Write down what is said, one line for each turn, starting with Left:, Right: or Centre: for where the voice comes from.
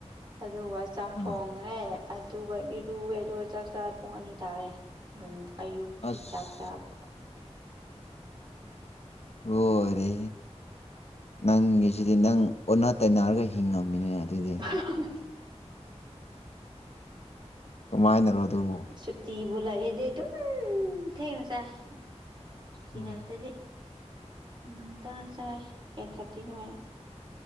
Right: ꯑꯗꯨꯒ ꯆꯥꯛ
Left: ꯑꯥ
Right: ꯊꯣꯡꯉꯦ ꯑꯗꯨꯒ ꯏꯔꯨꯋꯦ ꯑꯗꯨꯒ ꯆꯥꯛ ꯆ ꯄꯨꯡ ꯑꯅꯤ ꯇꯥꯔꯦ ꯅꯨꯡ ꯑꯌꯨꯛꯀꯤ
Left: ꯑꯁ
Right: ꯆꯥꯛ ꯆꯥꯕ
Left: ꯍꯔꯦ ꯅꯪꯒꯤꯁꯤꯗꯤ ꯅꯪ ꯑꯣꯟꯅ ꯇꯩꯅꯔꯒ ꯍꯤꯡꯉꯝꯃꯤꯅꯦ ꯑꯗꯨꯗꯤ
Right: <unintelligible>
Left: ꯀꯃꯥꯏꯅꯅ‌ꯣ ꯑꯗꯨꯕꯨ
Right: ꯁꯨꯇꯤꯕꯨ ꯂꯩꯔꯗꯤ ꯗꯨꯝ ꯊꯦꯡꯅ ꯆꯥꯏ ꯁꯨꯇꯤ
Left: ꯑꯣ
Right: ꯂꯩꯇꯗꯤ ꯉꯟꯇ ꯆꯥꯏ ꯑꯩꯠ ꯊꯥꯔꯇꯤ ꯑꯗꯨꯃꯥꯏꯅ